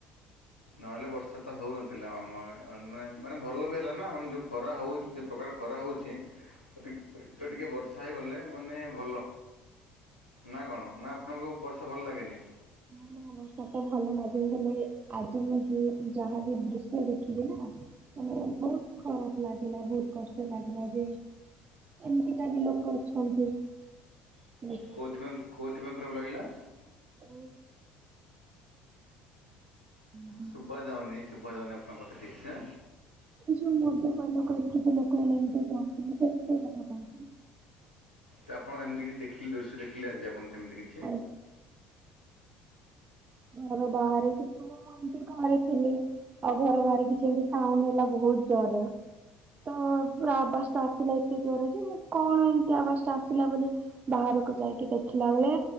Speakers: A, on the left; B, on the right.
A: ନହେଲେ ବର୍ଷା ତ ହଉନ ଥିଲା ଆମ ଆ ନାଇଁ ମାନେ ଭଲ ବି ହେଲା ନା ମାନେ ଯୋଉ ଖରା ହଉଛି ଯୋଉ ପ୍ରକାର ଖରା ହଉଛି ତ ଟି ତ ଟିକେ ବର୍ଷା ହେଇଗଲେ ମାନେ ଭଲ। ନା କଣ ନା ଆପଣଙ୍କୁ ବର୍ଷା ଭଲ ଲାଗେନି।
B: ନା ନା ବର୍ଷା ତ ଭଲ ଲାଗେ ହେଲେ ଆଜି ମୁଁ ଯୁ ଯାହାବି ଦୃଶ୍ୟ ଦେଖିଲି ନା ମାନେ ବହୁତ ଖରାପ। ଲାଗିଲା ବହୁତ କଷ୍ଟ ଲାଗିଲା ଯେ ଏମିତିକା ବି ଲୋକ ଅଛନ୍ତି। ଦେଖିକି
A: କୋଉଥିପାଂ କୋଉଥିପାଂ ଖରାପ ଲାଗିଲା।
B: ଓ <unintelligible>
A: ସୁବାଯାଉନି ସୁବାଯାଉନି ଆପଣଙ୍କ କଥା ଠିକ୍ ସେ।
B: ଏଇ ଯୋଉ ମଦ୍ୟପାନ କରିକି ଯୋଉ ଲୋକମାନେ ଏମିତି କହନ୍ତିନି କେତେ କଥା କହନ୍ତି।
A: ତ ଆପଣ ଏମିତି କି ଦେଖିଲେ ଦୃଶ୍ୟ ଦେଖିଲେ ଆଜି ଆପଣ ସେମିତି କି
B: <unintelligible> ଘର ବହାରେ କି କଣ ମୁଁ ଏମତି ଘରେ ଥିଲି। ଆଉ ଘରେ ବାହାରେ କିଛି ଏମିତି ସାଉଣ୍ଡ ହେଲା ବହୁତ ଜୋରରେ। ତ ପୁରା ଆବାସ ଟା ଆସିଲା ଏତେ ଜୋରରେ ଯେ ମୁଁ କଣ ଏମତି ଆବାସ ଟା ଆସିଲା ବୋଲି ବାହାରକୁ ଯାଇକି ଦେଖିଲା ବେଳେ